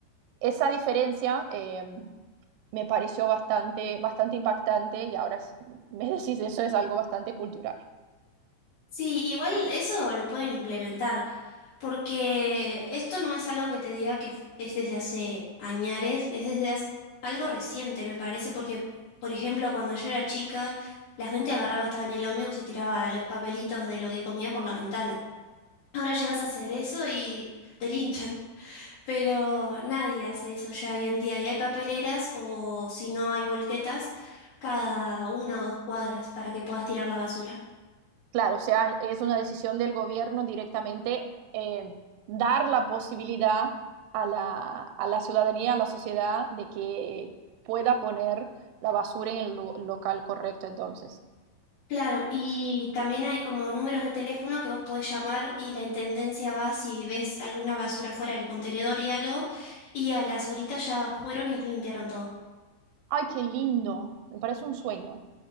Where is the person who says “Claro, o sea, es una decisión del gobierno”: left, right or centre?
Right